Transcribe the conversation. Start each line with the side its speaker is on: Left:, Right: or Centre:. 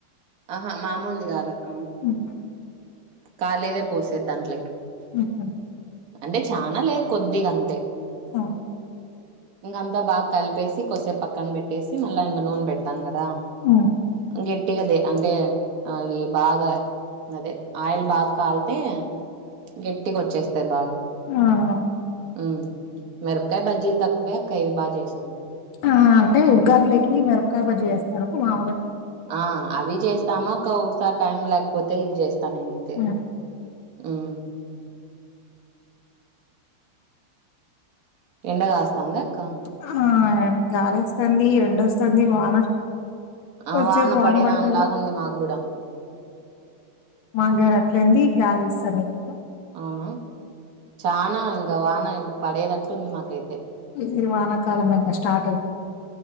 Right: ఆహా మామూలుది కాదక్క
Left: హ్మ్.
Right: కాలేదే పోసేది దాంట్లకి
Left: అహా
Right: అంటే చానా లేదు కొద్దిగా అంతే
Left: హ
Right: ఇంగ అంతా బాగా కలిపేసి కొసేపు పక్కన పెట్టేసి మళ్ళా ఇంగ నూనె పెడుతాం కదా
Left: ఆ
Right: గట్టిగది అంటే అ అవి బాగా అదే ఆయిల్ బాగా కాలితే గట్టిగోచ్చేస్తాయి బాగా
Left: ఆహా
Right: మ్ మిరకాయ బజ్జీలు తక్కువే అక్కయివి బా బాగా చేస్
Left: ఆ అంటే ఉగ్గాంనిలకి మిరపకాయ బజ్జి చేస్తారు మాములుగా
Right: ఆ అవి చేస్తాము ఒకోసారి టైం లేకపోతే ఇవి చేస్ స్త నినైతె
Left: హ్మ్.
Right: మ్ ఎండ కాస్తాందా అక్క
Left: ఆ గాలోస్థంది ఎండోస్థాంది వన
Right: ఆ
Left: కొద్దిసేపు
Right: వాన
Left: వన
Right: పడే
Left: పడుతది
Right: దానిలాగా ఉంది మాకు కూడా
Left: మా కడ అట్లంది గాలేస్థాంది ఎక్కువ
Right: అవునా చానా ఇంకా వానా ఇప్పుడు పడేదట్టు ఉంది మాకైతే
Left: ఇది వానాకాలం ఇంగ స్టార్ట్ అఇంది